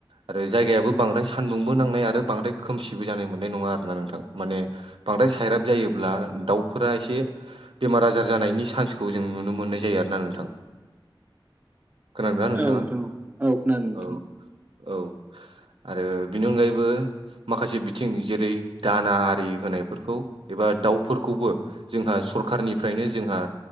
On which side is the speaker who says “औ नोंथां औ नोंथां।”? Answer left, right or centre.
Right